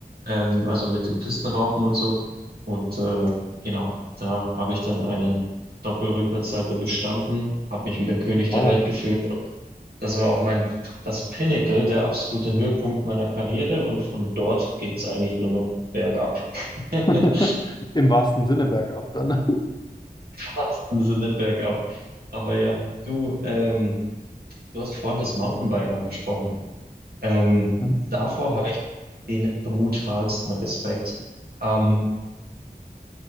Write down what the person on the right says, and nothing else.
ähm, also mit den Pistenraupen und so. Und äh, genau, da habe ich dann einen Doppelrückwärtssalto gestanden, habe mich wieder König der
Welt gefühlt. Das war auch mein, das Pinnacle, der absolute Höhepunkt meiner Karriere und von dort ging es eigentlich nur noch bergab. <laughs>
Fast im Sinne bergab. Aber ja, du, ähm, du hast vorhin des Mountainbikern gesprochen. Ähm,
davor habe ich den brutalsten Respekt. Ähm,